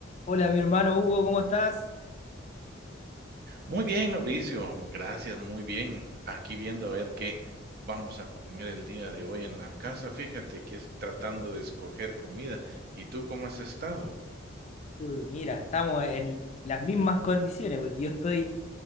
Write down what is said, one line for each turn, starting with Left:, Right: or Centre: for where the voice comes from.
Left: Hola, mi hermano Hugo, ¿cómo estás?
Right: Muy bien, Mauricio. Gracias, muy bien. Aquí viendo a ver qué vamos a comer el día de hoy en la casa. Fíjate que es tratando de escoger comida. ¿Y tú cómo has estado?
Left: Uy, mira, estamos en las mismas condiciones, porque yo estoy,